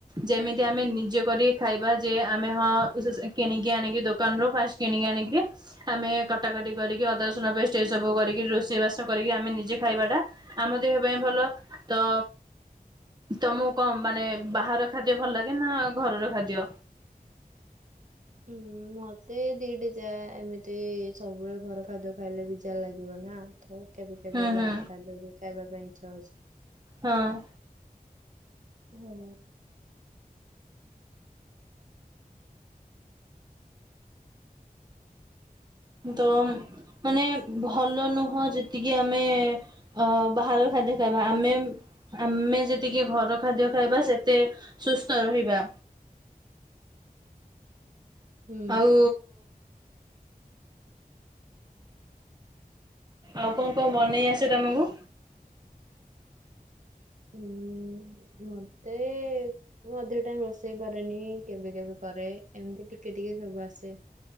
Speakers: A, on the right (about 25°); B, on the right (about 55°).
A: ଯେମିତି ଆମେ ନିଜେ କରି ଖାଇବା ଯେ ଆମେ ହଁ ସ ସେ କିଣିକି ଆଣିକି ଦୋକାନରୁ ଫାଷ୍ଟ କିଣିିକି ଆଣିକିରି‌ ଆମେ କଟାକଟି କରିକି ଅଦାରସୁଣ ପେଷ୍ଟ ଏ ସବୁ କରିକି ରୋଷେଇ ବାସ କରିକି ଆମେ ନିଜେ ଖାଇବା ଟା ଆମ ଦେହ ପାଇଁ ଭଲ। ତ ତମକୁ କଣ ମାନେ ବାହାର ଖାଦ୍ୟ ଭଲ ଲାଗେ ନା ଘରର ଖାଦ୍ୟ?
B: ହୁଁ ମୋତେ ଦିଟା ଯା ଏମିତି ସବୁବେଳେ ଘର ଖାଦ୍ୟ ଖାଇଲେ ବି <unintelligible> ଲାଗିବ ନା ତ କେବେ କେବେ
A: ହୁଁ ହୁଁ
B: ବାହାର ଖାଦ୍ୟ ବି ଖାଇବା ପାଇଁ ଇଛା ହଉଛି।
A: ହଁ
B: ହୁଁ
A: ତ ମାନେ ଭଲ ନୁହଁ ଯେତିକି ଆମେ ଅ ବାହାରର ଖାଦ୍ୟ ଖାଇବା। ଆମେ ଆମେ ଯେତିକି ଘର ଖାଦ୍ୟ ଖାଇବା ସେତେ ସୁସ୍ଥ ରହିବା।
B: ହୁଁ
A: ଆଉ ଆଉ କଣ କଣ ବନେଇ ଆସେ ତମକୁ?
B: ଉଁ ଉଁ ମତେ ମେ ମୁଁ ଅଧିକ ଟାଇମ ରୋଷେଇ କରେନି କେବେ କେବେ କରେ ଏମିତି ଟିକେ ଟିକେ ସବୁ ଆସେ।